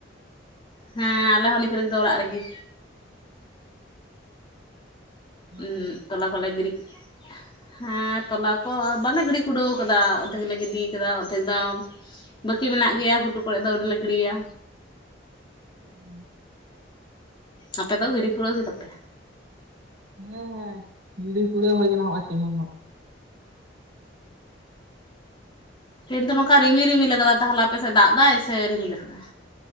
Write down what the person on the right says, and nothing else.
ᱦᱮᱸ
ᱦᱩᱸ
ᱦᱮᱸ ᱦᱮᱸ ᱜᱤᱲᱤ ᱠᱩᱲᱟᱹ ᱦᱩᱭ ᱠᱟᱱᱟ ᱱᱚᱜᱼᱚᱭ ᱛᱮᱦᱮᱧᱚᱜ᱾